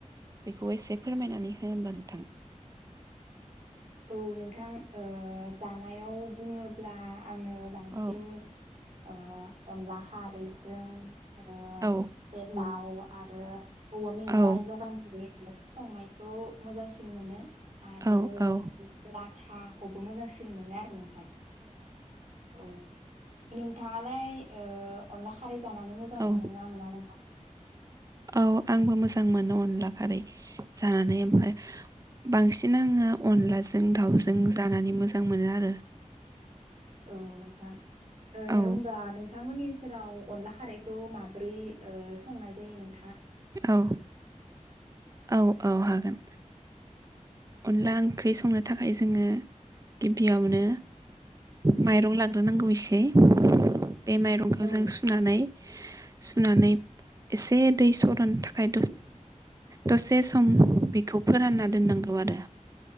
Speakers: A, on the right; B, on the right.
A: बेखौ एसे फोरमायनानै हो होमबा नोंथां।
B: औ नोंथां ओ जानायाव बुङोब्ला आङो बांसिन
A: औ
B: ओ अनला खारैजों ओ
A: औ
B: बे दाउ आरो औवा मेवाइ
A: औ
B: लगाय <unintelligible> संनायखौ मोजांसिन मोनो आरो
A: औ औ
B: लाथाखौबो मोजांसिन सिन मोनो आरो नोंथां औ नोंथाङालाय ओ अनला खारै जानानै मोजां
A: औ
B: मोनोना मोना नोंथां
A: औ आंबो मोजां मोनो अनला खारै जानानै ओमफाय बांसिन आङो अनलाजों दाउजों जानानै मोजां मोनो आरो।
B: औ नोंथां
A: औ
B: होमबा नोंथांमोननि सेराव अनला रैखौ माब्रै ओ संनाय जायो नों
A: औ औ औ हागोन। अनला ओंख्रि संनो थाखाय जों जोङो गिबियावनो माइरं लाग्रोनांगौ एसे बे माइरंखौ
B: औ
A: जों सुनानै सुनानै एसे दै सरनो थाखाय दसे सम बेखौ फोरानना दोननांगौ। गौ आरो